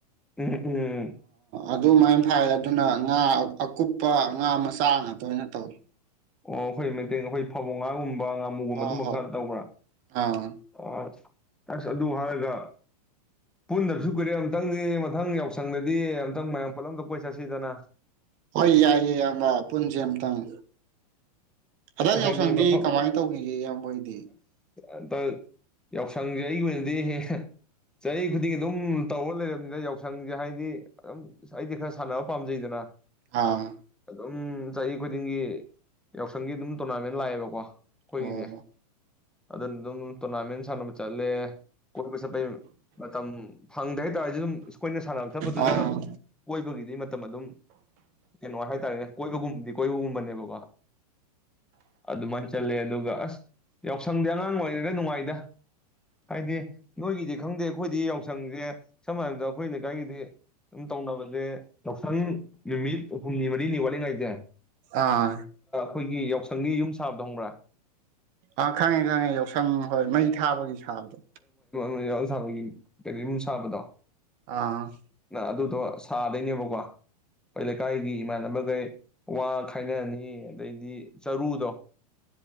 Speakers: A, in the centre; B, on the right.
A: ꯎꯝ ꯎꯝ
B: ꯑꯗꯨꯃꯥꯏꯅ ꯐꯥꯏ ꯑꯗꯨꯅ ꯉꯥ ꯑꯀꯨꯞꯄ ꯉꯥ ꯃꯆꯥ ꯉꯥꯛꯇ ꯑꯣꯏꯅ ꯇꯧꯋꯦ
A: ꯑꯣ ꯑꯩꯈꯣꯏ ꯃꯇꯦꯡ ꯑꯩꯈꯣꯏ ꯐꯥꯕꯨꯡꯉꯥꯒꯨꯝꯕ ꯉꯥꯃꯨꯒꯨꯝꯕ
B: ꯍꯣꯏ
A: ꯑꯗꯨꯝꯕ
B: ꯍꯣꯏ
A: ꯈꯔ ꯇꯧꯕ꯭ꯔꯥ
B: ꯑꯥ
A: ꯍ ꯑꯁ ꯑꯗꯨ ꯍꯥꯏꯔꯒ ꯄꯨꯟꯗꯕꯁꯨ ꯀꯨꯏꯔꯦ ꯑꯨꯛꯇꯪꯗꯤ ꯃꯊꯪ ꯌꯥꯎꯁꯪꯗꯗꯤ ꯑꯨꯛꯇꯪ ꯃꯌꯥꯝ ꯄꯨꯂꯞ ꯑꯝꯇ ꯀꯣꯏ ꯆꯠꯁꯤꯗꯅ
B: ꯍꯣꯏ ꯌꯥꯏꯌꯦ ꯏꯌꯥꯝꯕ ꯄꯨꯟꯁꯦ ꯑꯝꯇꯪ ꯍꯟꯗꯛ
A: ꯍꯥꯏꯗꯤ
B: ꯌꯥꯎꯁꯪꯗꯤ
A: ꯃꯐꯝ
B: ꯀꯃꯥꯏꯅ ꯇꯧꯈꯤꯒꯦ ꯏꯌꯥꯝꯕ ꯃꯣꯏꯗꯤ
A: ꯑꯇ ꯌꯥꯎꯁꯪꯁꯦ ꯑꯩꯒꯤ ꯑꯣꯏꯅꯗꯤ ꯆꯍꯤ ꯈꯨꯗꯤꯡꯒꯤ ꯑꯗꯨꯝ ꯇꯧꯕ ꯂꯩꯔꯕꯅꯤꯗ ꯌꯥꯎꯁꯪꯁꯦ ꯍꯥꯏꯗꯤ ꯑꯗꯨꯝ ꯑꯩꯗꯤ ꯈꯔ ꯁꯥꯟꯅꯕ ꯄꯥꯝꯖꯩꯗꯅ
B: ꯑꯥ
A: ꯎꯝ ꯆꯍꯤ ꯈꯨꯗꯤꯡꯒꯤ ꯌꯥꯎꯁꯪꯒꯤ ꯑꯗꯨꯝ ꯇꯣꯔꯅꯥꯃꯦꯟ ꯂꯥꯛꯑꯦꯕꯀꯣ ꯀꯣꯏꯒꯤꯗꯤ
B: ꯑꯣ
A: ꯑꯗꯨꯅ ꯑꯗꯨꯝ ꯇꯣꯔꯅꯥꯃꯦꯟ ꯁꯥꯟꯅꯕ ꯆꯠꯂꯦ ꯀꯣꯏꯕ ꯆꯠꯄꯩ ꯃꯇꯝ ꯐꯪꯗꯦ ꯍꯥꯏꯇꯥꯔꯗꯤ ꯑꯗꯨꯝ ꯑꯩꯈꯣꯏꯅ ꯁꯥꯟꯅꯕ ꯆꯠꯄꯗꯨꯗ
B: ꯑꯥ
A: ꯀꯣꯏꯕꯒꯤꯗꯤ ꯃꯇꯝ ꯑꯗꯨꯝ ꯀꯩꯅꯣ ꯍꯥꯏꯇꯥꯔꯦꯅꯦ ꯀꯣꯏꯕꯒꯨꯝꯕꯗꯤ ꯀꯣꯏꯕꯨ ꯎꯃꯔꯅꯦ ꯕꯥ ꯑꯗꯃꯟ ꯆꯜꯦ ꯑꯗꯨꯒꯒ ꯑꯁ ꯌꯥꯎꯁꯪꯗꯤ ꯑꯉꯥꯡ ꯑꯣꯏꯔꯤꯩꯗ ꯅꯨꯡꯉꯥꯏꯗ ꯍꯥꯏꯗꯤ ꯅꯈꯣꯏꯒꯤꯗꯤ ꯈꯪꯗꯦ ꯑꯩꯈꯣꯏꯗꯤ ꯌꯥꯎꯁꯪꯁꯦ ꯁꯝꯅ ꯍꯥꯏꯔꯕꯗ ꯑꯩꯈꯣꯏꯅꯀꯥꯏꯒꯤꯗꯤ ꯑꯗꯨꯝ ꯇꯧꯅꯕꯁꯦ ꯌꯥꯎꯁꯪ ꯅꯨꯃꯤꯠ ꯍꯨꯝꯅꯤ ꯃꯔꯤꯅꯤ ꯋꯥꯠꯂꯤꯉꯩꯗꯦ
B: ꯑꯥ
A: ꯑꯩꯈꯣꯏꯒꯤ ꯌꯥꯎꯁꯪꯒꯤ ꯌꯨꯝ ꯁꯥꯕꯗ ꯍꯕ꯭ꯔꯥ
B: ꯑꯥ ꯈꯪꯉꯦ ꯈꯪꯉꯦ ꯌꯥꯎꯁꯪ ꯍꯣꯏ ꯃꯩ ꯊꯥꯕꯒꯤ ꯁꯥꯕꯗꯣ
A: ꯔꯥꯎ ꯁꯥꯕꯒꯤ ꯀꯨꯝ ꯁꯥꯕꯗꯣ
B: ꯑꯥ
A: ꯅ ꯑꯗꯨ ꯑꯗꯨ ꯇ ꯁꯥꯗꯣꯏꯅꯦꯕꯀꯣ ꯑꯩꯈꯣꯏ ꯂꯩꯀꯥꯏꯒꯤ ꯏꯃꯥꯟꯅꯕꯈꯩ ꯋꯥ ꯈꯥꯏꯅꯔꯅꯤ ꯑꯗꯩꯗꯤ ꯆꯔꯨꯗꯣ